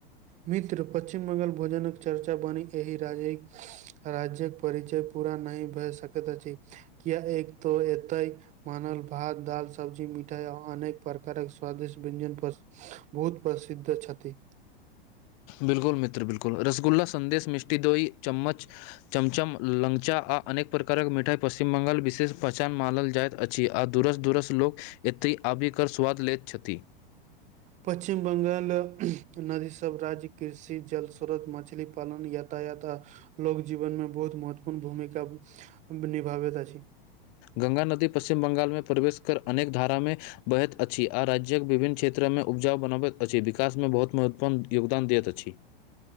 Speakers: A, on the right (about 25°); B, on the left (about 40°).
A: मित्र पश्चिम बंगाल भोजनक चर्चा बनी एहि राजेक। राज्य्क परिचय पूरा नहि भए सकैत अछि किया एक त एतय। मानल भात दाल सब्जी मिठाइ आ अनेक प्रकारक स्वादिष्ट व्यय्जन पर। बहुत प्रसिद्ध छथि।
B: बिल्कुल मित्र बिलकुल रस्सगुल्ला संदेश मिष्ठी दोही चम्मच। चमचम लंगचा आ अनेक प्रकारक मिठाई पश्चिम बंगाल विशेष पहचान मानल जाइत अछि। आ दूरस दूरस लोक एतय आबिक स्वाद लैत छथि।
A: पश्चिम बगांल नदीसभ राज्य कृषि जल स्रोत मछली पालन यातायात। लोग जीवन मे बहुत महत्वपूर्ण भूमिका निभाबैत अछि।
B: गंगा नदी पश्चिम बंगालमे प्रवेश कर अनेक धारामे बहैत अछि आ राज्यक विभिन्न क्षेत्र मे उपजाउ बनाबैत अछि विकास मे बहुत महत्वपूर्ण योगदान दैत अछि।